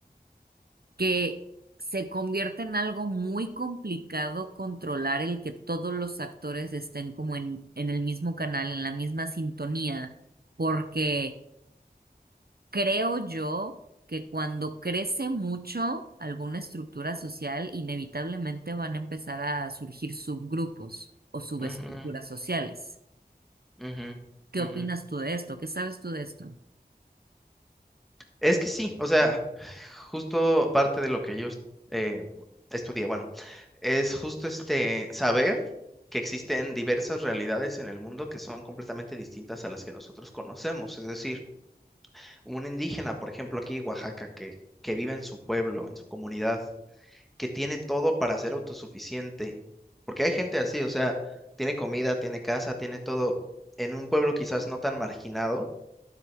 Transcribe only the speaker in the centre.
ujú,
ujú,
ujú.
Es que sí, o sea, justo parte de lo que yo eh, estudié, bueno, es justo este saber que existen diversas realidades en el mundo que son completamente distintas a las que nosotros conocemos. Es decir, un indígena, por ejemplo, aquí en Oaxaca, que, que vive en su pueblo, en su comunidad, que tiene todo para ser autosuficiente. Porque hay gente así, o sea, tiene comida, tiene casa, tiene todo en un pueblo quizás no tan marginado.